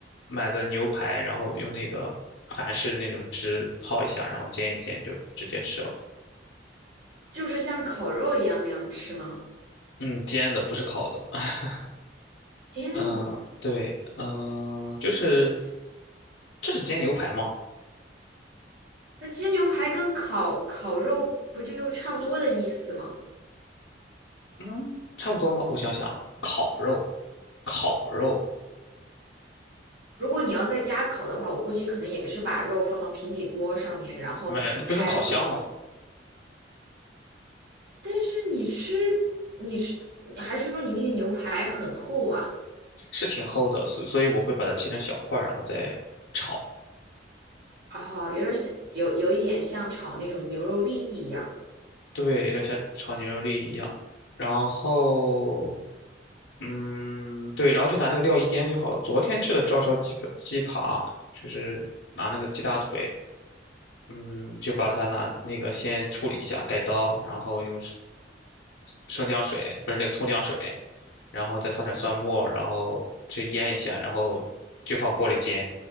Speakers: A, on the left; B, on the right.
A: 买的牛排，然后用那个韩式那种汁泡一下，然后煎一煎就直接吃了。
B: 就是像烤肉一样那样吃吗？
A: 嗯，煎的不是烤的。<laughs>
B: 煎的。
A: 嗯，对，嗯，就是这是煎牛排吗？
B: 那煎牛排跟烤烤肉不就差不多的意思吗？
A: 嗯，差不多吗？我想想，烤肉，烤肉，
B: 如果你要在家烤的话，我估计可能也是把肉放到平底锅上面，然后开火。
A: 没有，那不是用烤箱吗？
B: 但是你吃，你吃，你还是说你那个牛排很厚啊？
A: 是挺厚的，所所以我会把它切成小块儿，然后再炒。
B: 哦，有点像，有有一点像炒那种牛肉粒一样。
A: 对，有点像炒牛肉粒一样。然后，嗯，对，然后就拿那个料一腌就好了。昨天吃的照烧鸡鸡扒，就是拿那个鸡大腿。嗯，就把它拿那个先处理一下，改刀，然后用生生姜水，不是那个葱姜水，然后再放点蒜末，然后去腌一下，然后就放锅里煎，